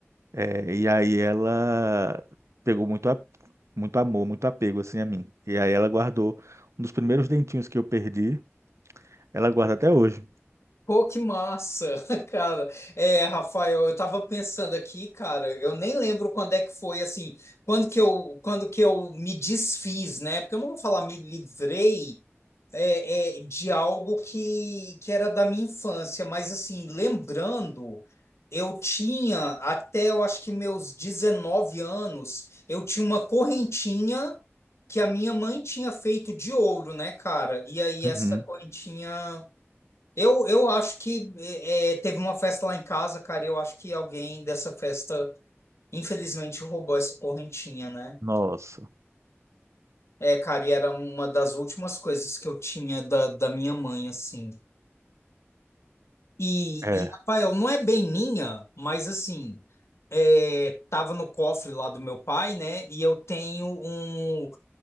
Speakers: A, on the right; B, on the left.
A: eh, e aí ela pegou muito, a- muito amor, muito apego, assim, a mim. E aí ela guardou um dos primeiros dentinhos que eu perdi, ela guarda até hoje.
B: Pô, que massa, <laughs> cara. É, Rafael, eu tava pensando aqui, cara, eu nem lembro quando é que foi, assim, quando que eu, quando que eu me desfiz, né? Porque eu não vou falar me livrei, é, é, de algo que, que era da minha infância, mas assim, lembrando, eu tinha até eu acho que meus 19 anos, eu tinha uma correntinha que a minha mãe tinha feito de ouro, né, cara? E aí
A: Uhum.
B: essa correntinha. Eu, eu acho que é, é, teve uma festa lá em casa, cara, e eu acho que alguém dessa festa, infelizmente, roubou essa correntinha, né?
A: Nossa.
B: É, cara, e era uma das últimas coisas que eu tinha da, da minha mãe, assim. E,
A: É.
B: e, Rafael, não é bem minha, mas assim, é, tava no cofre lá do meu pai, né? E eu tenho um,